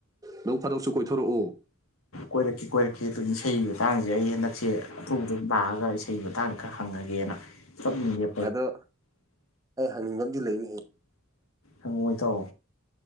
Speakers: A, on the right (about 15°); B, on the left (about 90°).
A: ꯅꫭꯡ ꯐꯥꯗꯣꯛꯁꯨ ꯀꯣꯏꯊꯣꯔꯛꯎ
B: ꯀꯣꯏꯔꯛꯀꯦ ꯀꯣꯏꯔꯛꯀꯦ ꯑꯗꯨꯅꯤ ꯏꯁꯩꯒꯤ ꯃꯇꯥꯡꯁꯦ ꯑꯩ ꯍꯟꯗꯛꯁꯦ ꯑꯊꯨꯕꯗ ꯗꯨꯝ ꯂꯥꯛꯑꯒ ꯏꯁꯩꯒꯤ ꯃꯇꯥꯡꯗ ꯈꯔ ꯍꯪꯉꯒꯦꯅ ꯁ ꯏꯟꯗꯤꯌꯥ
A: ꯑꯗꯣ ꯑꯩ ꯍꯪꯅꯤꯡꯕ ꯑꯝꯗꯤ ꯂꯩꯅꯦꯍꯦ
B: ꯍꯪꯉꫭ ꯏꯇꯥꯎ